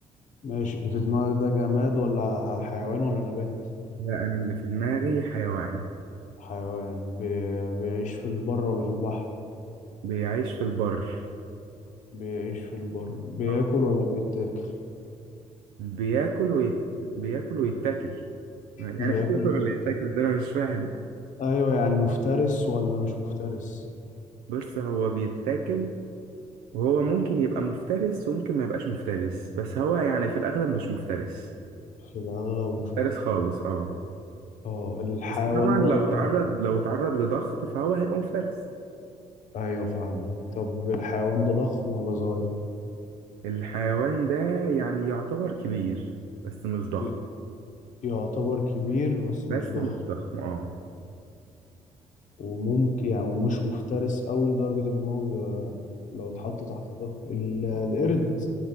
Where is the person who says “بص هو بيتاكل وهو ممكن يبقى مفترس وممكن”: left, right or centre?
Right